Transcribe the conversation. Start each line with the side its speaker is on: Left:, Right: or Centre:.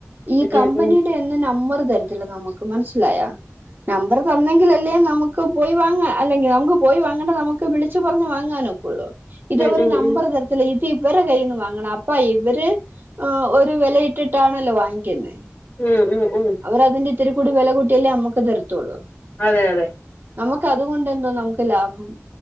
Right: ഈ കമ്പനിയുടെ
Left: ഉം
Right: എന്നും നമ്പർ തരത്തില്ല നമുക്ക് മനസ്സിലായോ നമ്പർ തന്നെങ്കില് അല്ലേ നമുക്ക് പോയി വാങ്ങാൻ അല്ലെങ്കിൽ നമുക്ക് പോയി വാങ്ങണ്ട് നമുക്ക് വിളിച്ച് പറഞ്ഞു വാങ്ങാനൊക്കോള്ളു ഇത് അവര്
Left: ഉം
Right: നമ്പർ തരത്തില്ല. ഇത് ഇവരെ കൈയ്യിന്ന് വാങ്ങണം അപ്പോ ഇവര് ഓ, ഒരു വിലയിട്ടിട്ടാണല്ലോ വാങ്ങിക്കുന്നേ.
Left: ഉം, ഉം, ഉം.
Right: അവർ അതിന്റെ ഇത്തിരി കൂടി വില കുട്ടിയല്ലേ നമ്മക്ക് തരത്തുള്ളൂ.
Left: അതെ, അതെ.
Right: നമുക്ക് അതുകൊണ്ട് എന്തോന്നാ നമുക്ക് ലാഭം.